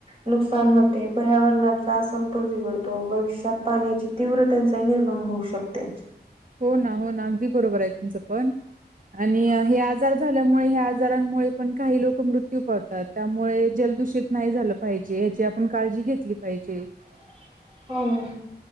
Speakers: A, on the right (about 30°); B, on the right (about 50°).
A: नुकसान होते. पर्यावरणाचा सम तोल बिघडतो. भविष्यात पाण्याची तीव्र टंचाई निर्माण होऊ शकते.
B: हो ना. हो ना. अगदी बरोबर आहे तुमचं पण आणि हे आजार झाल्यामुळे ह्या आजारांमुळे पण काही लोक मृत्यू पडतात. त्यामुळे जलदूषित नाही झालं पाहिजे ह्याची आपण काळजी घेतली पाहिजे.
A: <inaudible> हो. ना